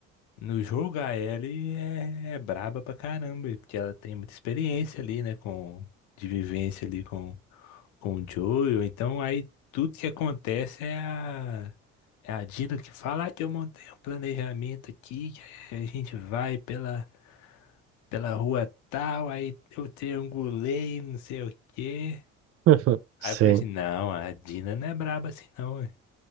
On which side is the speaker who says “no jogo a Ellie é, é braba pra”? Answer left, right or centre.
Left